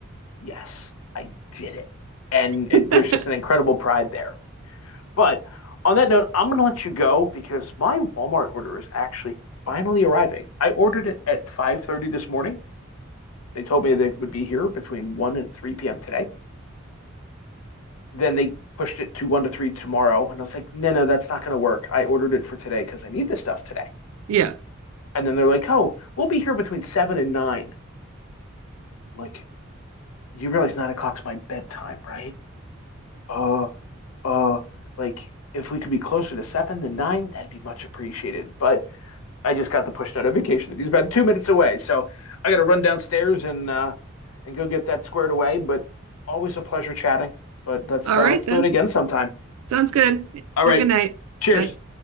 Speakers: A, on the left; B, on the right.
A: yes, I did it. And it,
B: <laughs>
A: there's just an incredible pride there. But on that note, I'm going to let you go because my Walmart order is actually finally arriving. I ordered it at 5:30 this morning. They told me that it would be here between 1 and 3 p.m. today. Then they pushed it to 1 to 3 tomorrow, and I was like, "No, no, that's not going to work. I ordered it for today because I need this stuff today."
B: Yeah.
A: And then they're like, "Oh, we'll be here between 7 and 9." I'm like, "You realize 9 o'clock's my bedtime, right?" Oh, uh like if we could be closer to seven than nine, that'd be much appreciated. But I just got the push notification that he's about two minutes away, so I got to run downstairs and uh, and go get that squared away. But always a pleasure chatting. But let's
B: All
A: uh,
B: right
A: let's
B: then.
A: do it again sometime.
B: Sounds good.
A: All right,
B: Have a good night.
A: cheers.
B: Bye.